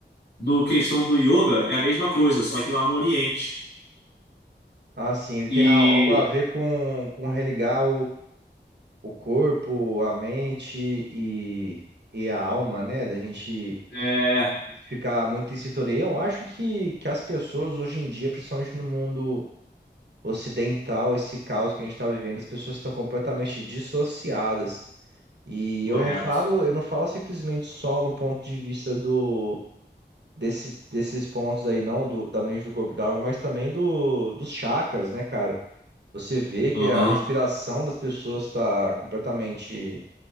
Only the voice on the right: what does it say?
Ah, sim, ele tem
a- algo a ver com, com religar o corpo, a mente e, e a alma, né? Da gente
ficar muito em sintonia. Eu acho que, que as pessoas hoje em dia, principalmente no mundo ocidental, esse caos que a gente está vivendo, as pessoas estão completamente dissociadas. E
eu não falo, eu não falo simplesmente só no ponto de vista do desse, desses pontos aí, não, do, da mente, do corpo, e da alma, mas também do, dos chakras, né, cara? Você vê que
a respiração das pessoas está completamente